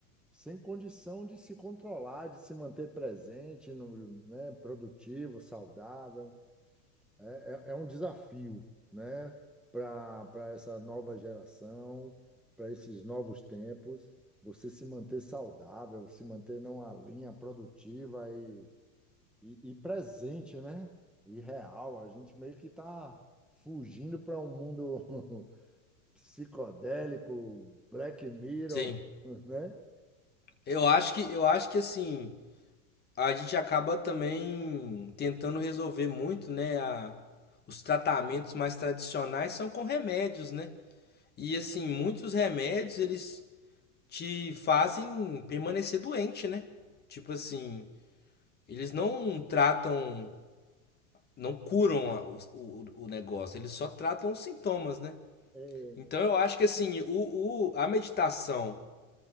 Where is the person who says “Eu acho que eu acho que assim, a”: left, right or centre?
Left